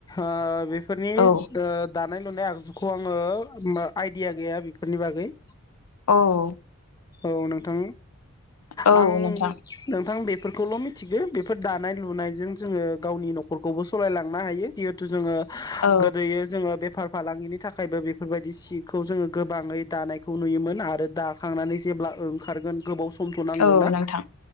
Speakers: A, on the left (about 15°); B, on the left (about 75°).
A: ओ बेफोरनि
B: औ
A: दानाय लुनाय आगजुखौ आङो आइडिया गैया बेफोरनि बागै
B: औ
A: औ नोंथां
B: औ
A: आं
B: नोंथां
A: नोंथां बे बेफोरखौल' मिथिगो बेफोर दानाय लुनायजों जोङो गावनि नखरखौबो सलायलांनो हायो जिहेथु जोंङो
B: औ
A: गोदोयो जोंङो बेफार फालांगिनि थाखायबो बेफोरबायदि सिखौ जोङो गोबाङै दानायखौ नुयोमोन आरो दाखांनानै जेब्ला ओंखारगोन गोबाव समथ' नांगौना
B: औ नोंथां